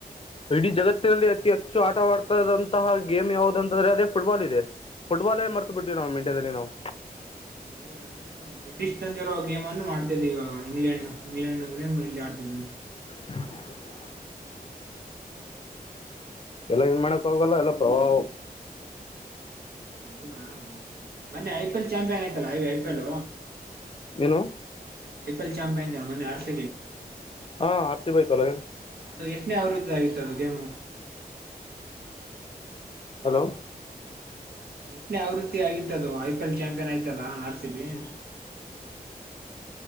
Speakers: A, on the left; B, on the right.
A: ಇಡೀ ಜಗತ್ತಿನಲ್ಲಿ ಅತಿ ಹೆಚ್ಚು ಆಟವಾಡ್ತದಂತಹ ಗೇಮ್ ಯಾವ್ದಂತಂದ್ರೆ ಅದೇ ಫುಟ್ಬಾಲ್ ಇದೆ ಫುಟ್ಬಾಾಲೇ ಮರ್ತ ಬಿಟ್ಟವಿ ನಾವು ಇಂಡಿಯಾದಲ್ಲಿ ನಾವು
B: ಬರೇ ಅಂದ್ರೆ ನ ಬ್ರಿಟಿಷ್ ತಂದಿರರುವ ಗೇಮ್ ಅನ್ನ ಮಾಡ್ತಿದ್ ಇವಾಗ ಇಂಗ್ಲೆಂಡ್ ಇಂಗ್ಲೆಂಡ್್ರ <unintelligible> ಮ ಇಲ್ಲಿ ಆಡ್ತದೆ
A: ಹ್ಮ <unintelligible> ಎಲ್ಲ ಏನ್ ಮಾಡಕ್ ಆಗಲ್ಲ ಎಲ್ಲ ಪ್ರಭಾವ
B: ಹೌದಾ ಮೊನ್ನೆ ಐ ಪಿ ಎಲ್ ಚಾಂಪಿಯನ್ ಆಯ್ತಲ್ಲ ಇ ಐ ಪಿ ಎಲ್
A: ಏನು
B: ಆಐಪಿಎಲ್ ಚಾಮಂಪಿಯನ್ ಮ ಆರ್ಸ
A: ಹಾ ಆ ರ ಸಿ ಬಿ <unintelligible> ಯತಲ
B: ಅದು ಎಷ್ಟನೇ ಅವರದ್ದ ಆಾಗಿತ್ತು ಅದು ಗೇಮು
A: ಹಲೋ
B: ಎಷ್ಟನೇ ಆವೃತ್ತಿ ಆಗಿತದು ಐ ಪಿ ಎಲ್ ಚಾಂಪಿಯನ್ ಆಯ್ತಲ್ಲ ಆರ್ಸ ಬಿ <inaudible>